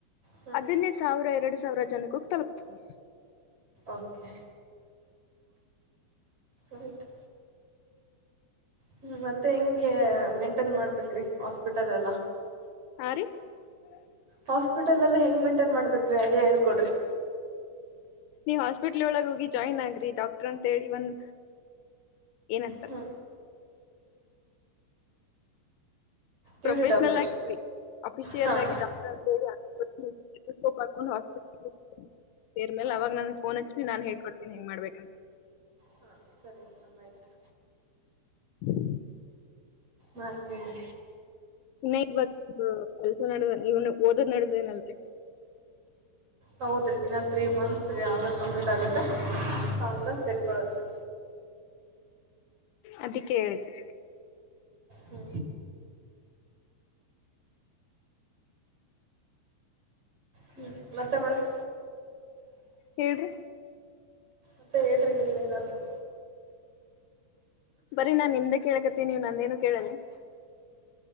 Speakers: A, on the right; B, on the left.
A: ಹ್ಞೂ
B: ಅದನ್ನೇ ಸಾವಿರ ಎರಡು ಸಾವಿರ ಜನಕೂ ಹೋಗ್ ತಲುಪ್ತುತ್ತದೆ.
A: ಓಕೆ. ಆಯಿತು ಹ್ಮ ಮತ್ತೆ ಹೆಂಗೆ ಮೇಂಟೇನ್ ಮಾಡ್ಬೇಕ್ರಿ ಹಾಸ್ಪಿಟಲ್ ಎಲ್ಲ.
B: <inaudible>
A: ಹಾಸ್ಪಿಟಲ್ ಎಲ್ಲ ಹೆಂಗ್ ಮೈಂಟೈನ್ ಮಾಡ್ಬೇಕ್ರೀ ಐಡಿಯಾ ಹೇಳ್ಕೊಡ್ರಿ.
B: ನಿವ್ ಹಾಸ್ಪಿಟ್ಲ್ ಒಳಗ ಹೋಗಿ ಜಾಯ್ನ್ ಆಗ್ರಿ ಡಾಕ್ಟರ್ ಅಂತ ಹೇಳಿ ಒಂದ್. ಏನಂತಾರ.
A: ಹ್ಞೂ
B: ಪ್ರೊಫೆಷ್ನಲ್
A: ಡ್ಯೂಟಿ ಡಾಕ್ಟರ್
B: ಆಗಿ ಅಫಿಷಿಯಲ್
A: ಹಾಂ
B: ಆಗಿ ಡಾಕ್ಟರ್ ಅಂತ ಹೇಳಿ ಪ ಹಸ್ಪ <unintelligible> ಸೇರ್ ಮೇಲೆ ಅವಾಗ ನನ್ ಫೋನ್ ಹಚ್ಚಿ ನಾನ್ ಹೇಳ್ಕೊಡ್ತೀನಿ ಹೆಂಗ ಮಾಡ್ಬೇಕಂತ
A: ಹಾ ಸರಿ ಆಯಿತು
B: ಹ್ಮ್
A: ಮತ್ತನೆ
B: ಇನ್ನ ಇವ್ವತ್ತು ಕೆಲ್ಸ ನಡ್ದ ನೀವ್ನು ಓದದ್ ನಡ್ದೇನಲ್ರರಿ
A: ಹೌದ್ರಿ ಇನ್ನೊ ತ್ರೀ ಮಂತ್ಸ್ ರೀ ಆಮೇಲೆ ಕಂಪ್ಲೀಟ್ ಆಗುತ್ತೆ ಮೇ ಸ ಕೊಳದ್ರೆ
B: ಅದಿಕ್ಕೆ ಹೇಳಿದ್ದು
A: ಹ್ಞೂ ಹ್ಞೂ ಮತ್ತೆ ಮೇಡಮ್
B: ಹೇಳ್ರಿ
A: ಮತ್ತ ಹೇಳ್ರಿ ನೀವ ಏನಾದರು
B: ಬರಿ ನಾನ್ ನಿಮ್ದೆ ಕೇಳಕತ್ತೀನಿ ನೀವ್ ನಂದ ಏನು ಕೇಳಲ್ಲನ್